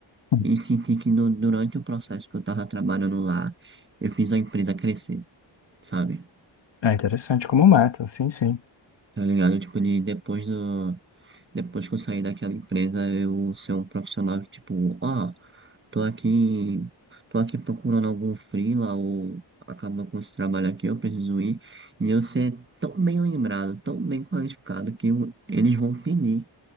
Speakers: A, on the left; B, on the right.
A: Hum.
B: e sentir que no- durante o processo que eu tava trabalhando lá, eu fiz a empresa crescer, sabe?
A: É interessante como meta, sim, sim.
B: Tá ligado? Tipo, de depois do, depois que eu sair daquela empresa, eu ser um profissional que, tipo, ó, tô aqui, tô aqui procurando algum freela ou acabou com esse trabalho aqui, eu preciso ir, e eu ser tão bem lembrado, tão bem qualificado que eu- eles vão pedir